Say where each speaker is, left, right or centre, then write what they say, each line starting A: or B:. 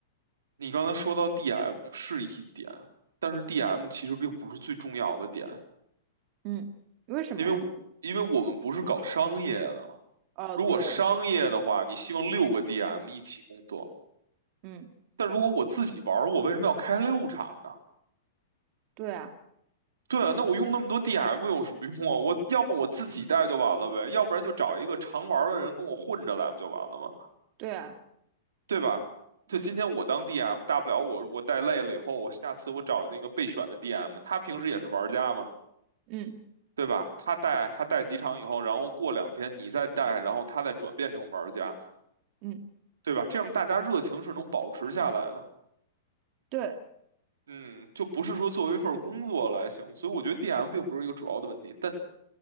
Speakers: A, on the right (about 85°); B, on the right (about 45°).
A: 你刚才说到 DM 是一点，但是 DM 其实并不是最重要的点，
B: 嗯，为什么呀？
A: 因为我因为我们不是搞商业的。
B: 哦，
A: 如果商业的话，
B: 对，
A: 你希望六个 DM 一起工作，
B: 嗯，
A: 但如果我自己玩儿，我为什么要开六场呢？
B: 对啊，
A: 对啊，那我用那么多 DM 有什么用啊？我要么我自己带就完了呗，要不然就找一个常玩儿的人跟我混着来不就完了吗？
B: 对啊，
A: 对吧？就今天我当
B: 嗯
A: DM，大不了我我带累了以后，我下次我找那个备选的 DM，他平时也是玩家嘛，
B: 嗯
A: 对吧？他带他带几场以后，然后过两天你再带，然后他再转变成玩家，
B: 嗯，
A: 对吧？这样大家热情是能保持下来的。
B: 对，
A: 嗯，就不是说作为一份工作来行，所以我觉得 DM 并不是一个主要的问题，但